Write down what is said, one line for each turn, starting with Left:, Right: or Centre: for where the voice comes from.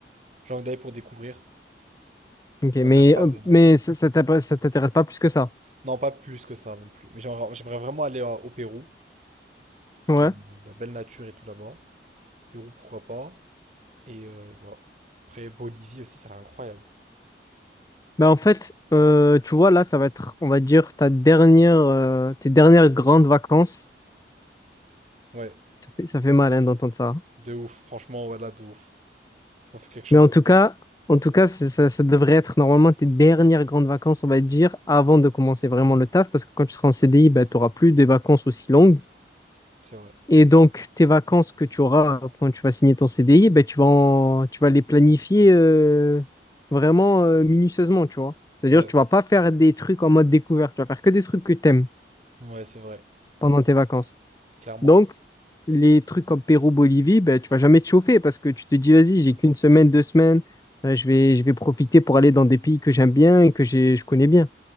Right: J'ai envie d'aller pour découvrir.
Left: Ok,
Right: Ça m'intéresse
Left: mais,
Right: pas
Left: euh,
Right: vraiment.
Left: mais ça, ça t'app- ça t'intéresse pas plus que ça.
Right: Non, pas plus que ça non plus. Mais j'aimerais j'aimerais vraiment aller euh, au Pérou, parce
Left: Ouais.
Right: qu'il y a une- de la belle nature et tout là-bas. Pérou, pourquoi pas. Et euh, voilà. Après, Bolivie aussi, ça a l'air incroyable.
Left: Bah en fait, euh, tu vois, là, ça va être, on va dire, ta dernière, euh, tes dernières grandes vacances.
Right: Ouais,
Left: Ça fait, ça fait mal hein, d'entendre ça.
Right: de ouf. Franchement, ouais, là, de ouf. Ça m'a fait quelque chose.
Left: Mais en tout cas, en tout cas, c'est- ça, ça devrait être normalement tes dernières grandes vacances, on va dire, avant de commencer vraiment le taf, parce que quand tu seras en CDI, bah, tu n'auras plus de vacances aussi longues.
Right: C'est vrai.
Left: Et donc, tes vacances que tu auras quand tu vas signer ton CDI, bah, tu vas en- tu vas les planifier euh, vraiment euh, minutieusement, tu vois. C'est-à-dire,
Right: Ouais,
Left: tu vas pas faire des trucs en mode découverte, tu vas faire que des trucs que tu aimes
Right: ouais, c'est vrai.
Left: pendant tes vacances.
Right: Clairement.
Left: Donc, les trucs comme Pérou-Bolivie, ben, tu vas jamais te chauffer parce que tu te dis, vas-y, j'ai qu'une semaine, deux semaines, euh, je vais, je vais profiter pour aller dans des pays que j'aime bien et que j'ai, je connais bien.